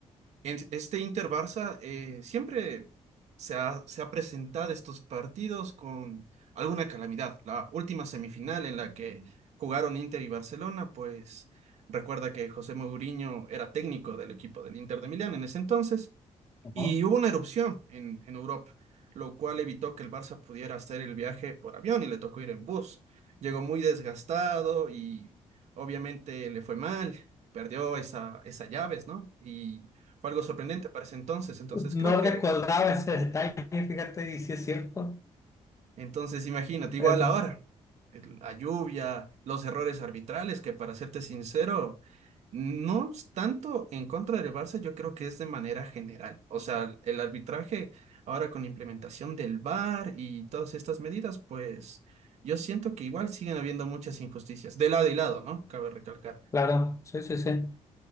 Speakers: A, on the right (about 70°); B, on the left (about 25°).
A: en este Inter Barça eh, siempre se ha, se ha presentado estos partidos con alguna calamidad. La última semifinal en la que jugaron Inter y Barcelona, pues recuerda que José Mourinho era técnico del equipo del Inter de Milán en ese entonces.
B: Ajá.
A: Y hubo una erupción en, en Europa, lo cual evitó que el Barça pudiera hacer el viaje por avión y le tocó ir en bus. Llegó muy desgastado y obviamente le fue mal, perdió esa, esas llaves, ¿no? Y fue algo sorprendente para ese entonces. Entonces
B: No
A: creo que
B: recordaba ese detalle, fíjate, y si es cierto.
A: Entonces, imagínate, igual
B: Perdón.
A: ahora, el- la lluvia, los errores arbitrales, que para serte sincero, no es tanto en contra del Barça, yo creo que es de manera general. O sea, el el arbitraje ahora con la implementación del VAR y todas estas medidas, pues yo siento que igual siguen habiendo muchas injusticias, de lado y lado, ¿no? Cabe recalcar.
B: Claro, sí, sí, sí.